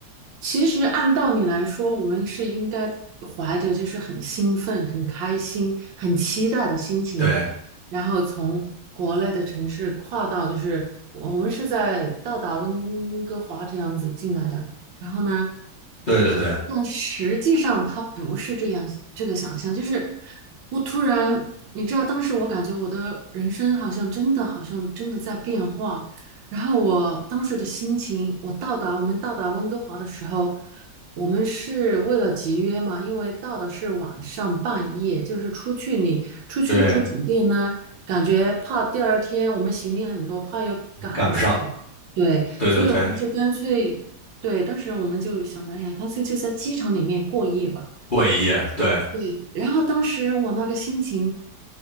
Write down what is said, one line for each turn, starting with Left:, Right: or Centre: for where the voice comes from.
Right: 其实按道理来说，我们是应该怀着就是很兴奋、很开心、很期待的心情，
Left: 对
Right: 然后从国内的城市跨到，就是我们是在到达温哥华这样子进来的，然后呢。
Left: 对对对
Right: 但实际上它不是这样，这个想象就是我突然，你知道，当时我感觉我的人生好像真的，好像真的在变化。然后我当时的心情，我到达我们到达温哥华的时候，我们是为了集约嘛，因为到的是晚上半夜，就是出去你出去住酒店呢，
Left: 对，
Right: 感觉怕第二天我们行李很多，怕又赶不上。
Left: 赶不上，
Right: 对，
Left: 对对对，
Right: 所以我们就干脆对，当时我们就想着，哎呀，干脆就在机场里面过夜吧。
Left: 过一夜，对，
Right: 对，然后当时我那个心情，